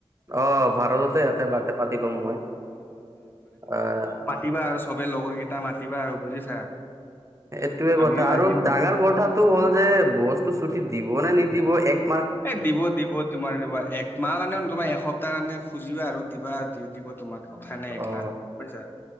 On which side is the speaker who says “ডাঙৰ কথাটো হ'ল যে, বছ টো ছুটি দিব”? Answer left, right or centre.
Right